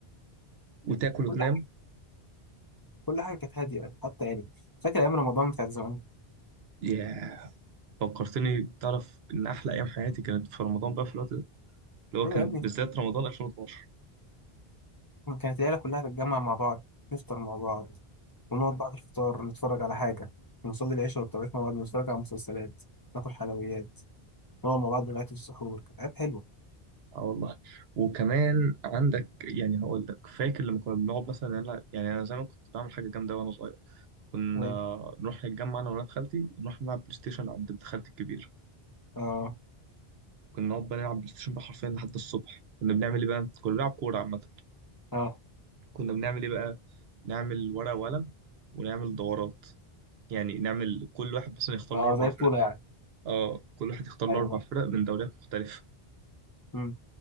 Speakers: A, on the right; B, on the left.
A: وتاكل وتنام
B: كل حاجه كل حاجه كانت هاديه حتى يعني فاكر ايام رمضان بتاعت زمان
A: ياه فكرتني تعرف ان احلى ايام حياتي كانت في رمضان بقى في الوقت ده اللي
B: ايوه
A: هو كان
B: يا ابني
A: بالذات رمضان 2012
B: كانت العيله كلها تتجمع مع بعض نفطر مع بعض ونقعد بعد الفطار نتفرج على حاجه ونصلي العشاء والتراويح مع بعض ونتفرج على مسلسلات ناكل حلويات نقعد مع بعض لغايه السحور كانت ايام حلوه
A: اه والله وكمان عندك يعني هقول لك فاكر لما كنا بنقعد مثلا نلعب يعني انا زمان كنت بعمل حاجه جامده وانا صغير كنا
B: إيه؟
A: نروح نتجمع انا وولاد خالتي ونروح نلعب بلاي ستيشن عند ابن خالتي الكبير
B: اه
A: كنا نقعد بقى نلعب بلاي ستيشن بقى حرفيا لحد الصبح كنا بنعمل ايه بقى كنا بنلعب كوره عامه
B: اه
A: كنا بنعمل ايه بقى نعمل ورقه وقلم ونعمل دورات يعني نعمل كل واحد مثلا يختار
B: اه
A: له اربع
B: زي
A: فرق
B: بطوله يعني
A: اه كل واحد يختار
B: ايوه
A: له اربع فرق من دوريات مختلفه
B: مم.